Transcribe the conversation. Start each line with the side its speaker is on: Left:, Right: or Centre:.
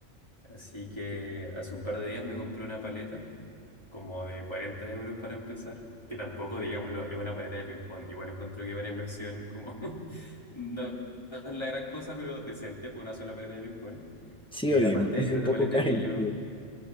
Left: Así que hace un par de días me compré una paleta como de 40 euros para empezar, que tampoco, digámoslo, es una paleta de ping-pong. Igual encuentro que es una inversión como <laughs> no es la gran cosa, pero decente por una sola paleta de ping-pong.
Centre: Sí,
Left: Y
Centre: oye,
Left: aparte
Centre: me parece
Left: era
Centre: un
Left: una
Centre: poco
Left: paleta
Centre: cara
Left: que
Centre: inclusive.
Left: yo...